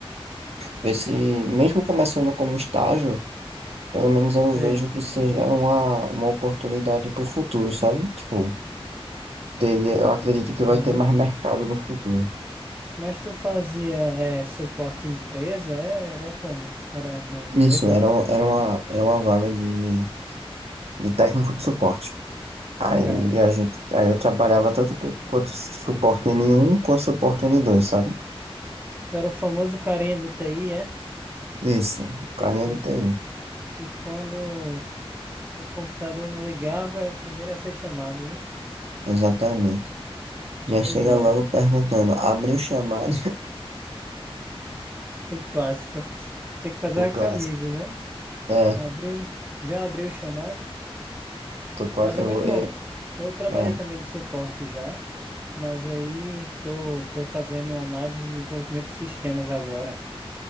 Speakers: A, on the right; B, on the right.
A: ver se, mesmo começando como estágio, pelo menos eu
B: sei.
A: vejo que seja uma, uma oportunidade pro futuro, sabe? Tipo, ter- eu acredito que vai
B: Uhum.
A: ter mais mercado no futuro.
B: Mas tu fazia é, suporte em empresa? É, era como? Era numa empresa?
A: Isso, era,
B: Era
A: era uma, era uma vaga de, de técnico de suporte. Aí,
B: legal.
A: a gente, aí eu trabalhava tanto co- quanto suporte N1 quanto suporte n dois sabe?
B: Tu era o famoso carinha do TI, é?
A: Isso, o carinha
B: Que,
A: do TI,
B: que quando o computador não ligava, é o primeiro a ser chamado, né?
A: exatamente. Já
B: Pois
A: chega
B: é,
A: logo perguntando, abriu o chamado,
B: o clássico. Tem
A: <laughs>
B: que fazer
A: o
B: uma
A: clássico.
B: camisa, né?
A: É,
B: Abriu, já abriu o chamado,
A: tô quase,
B: mas é
A: eu
B: muito
A: vou, é,
B: bom. Eu trabalhei
A: é.
B: também de suporte já, mas aí tô, tô fazendo uma análise de desenvolvimento de sistemas agora.